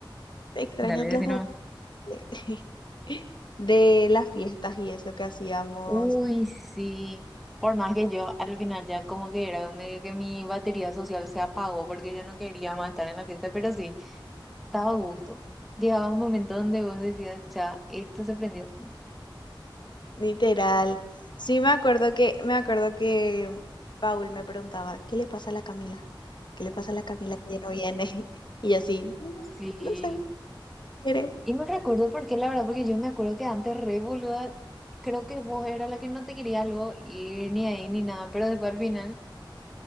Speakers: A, on the left (about 60°); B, in the centre.
A: extraño
B: Dale, decí
A: los momentos.
B: nomás.
A: <laughs> de las fiestas y eso que hacíamos,
B: Uy, sí. Por más que yo al final ya como que era medio que mi batería social se apagó porque yo no quería más estar en la fiesta, pero sí, daba gusto. Llegaba un momento donde vos decías, ya, esto se prendió.
A: literal. Sí, me acuerdo que, me acuerdo que Paul me preguntaba, ¿qué le pasa a la Camila? ¿Qué le pasa a la Camila que ya no viene? <laughs> Y yo así, "Mm,
B: Sí,
A: no sé, quiere.
B: Y me recuerdo por qué, la verdad, porque yo me acuerdo que antes re boluda, creo que vos era la que no te quería luego ir ni ahí ni nada, pero después al final,